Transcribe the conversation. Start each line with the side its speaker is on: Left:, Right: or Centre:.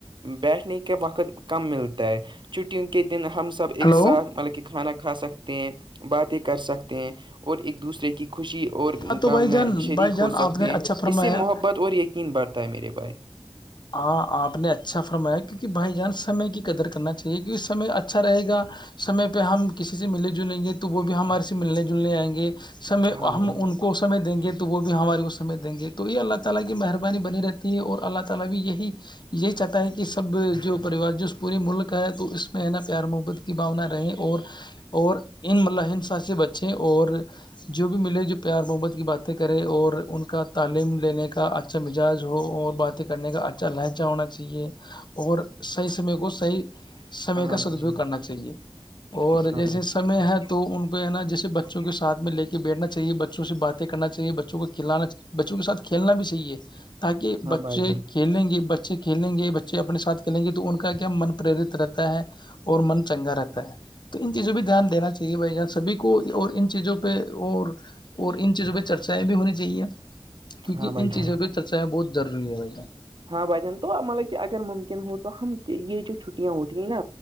Right: بیٹھنے کے وقت کم ملتا ہے چھٹیوں کے دن ہم سب ب ایک
Left: ہلو
Right: ساتھ مطلب کہ کھانا کھا سکتے ہیں باتیں کر سکتے ہیں اور ایک دوسرے کی خوشی اور
Left: ہاں تو
Right: کام
Left: بھائی جان
Right: میں شریک
Left: بھائی جان
Right: ہو سکتے
Left: آپ نے
Right: ہیں
Left: اچھا فرمایا
Right: اس سے محبت اور یقین بڑھتا ہے میرے بھائی
Left: ہاں آپ نے اچھا فرمایا کیونکہ بھائی جان سمے کی قدر کرنا چاہیے کیونکہ سمے اچھا رہے گا سمے پہ ہم کسی سے ملے جلیں گے تو وہ بھی ہمارے سے ملنے جلنے آئیں گے سمے
Right: ہاں بھائی
Left: ہم ان کو سمعے دیں گے تو وہ بھی ہمارے کو سمجے دیں گے تو یہ اللہ تلا کی مہربانی بنی رہتی ہے اور اللہ طلب بھی یہی یہی چاہتا ہے کہ سب جو پریوار جو پورے ملک ہے تو اس میں ہے نا پیار محبت بھاونا رہے اور اور ان م ہنسا سے بچے اور جو بھی ملے جو پیار محبت کی باتیں کرے اور ان کا تعلیم لینے کا اچھا مزاج ہو اور بات کرنے کا اچھا لہجہ ہونا چاہیے اور صحیح سمے کو صحیح
Right: جان
Left: سمے کا
Right: ہاں بھائی
Left: صدوپیوگ
Right: جان
Left: کرنا چاہیے اور
Right: ہاں
Left: جیسے
Right: بھائی
Left: سمے ہے تو ان پہ ہے نا جیسے بچوں کے ساتھ میں لے کے بیٹھنا چاہیے بچوں سے باتیں کرنا چاہیے بچوں کو کھلانا بچوں کے ساتھ کھیلنا بھی صحیح ہے تاکہ
Right: ہاں
Left: ب
Right: بھائی جان
Left: کھیلیں گے بچے کھیلیں گے بچے اپنے ساتھ کھیلیں گے تو ان کا کیا من پرییرت رہتا ہے اور من چنگا رہتا ہے تو ان چیزوں پہ دھیان دینا چاہیے بھائی جاں سبھی کو اور ان چیزوں پہ اور اور ان چیزوں پہ چرچائیں بھی ہونی چاہیے کیونکہ
Right: ہاں بھائی
Left: ان
Right: جان
Left: چیزوں پہ چرچائیں بہت ضروری ہے بھائی جان
Right: ہاں بھجن تو مطلب کہ اگر ممکن ہو تو ہم یہ جو چھٹیاں ہوتی ہیں نا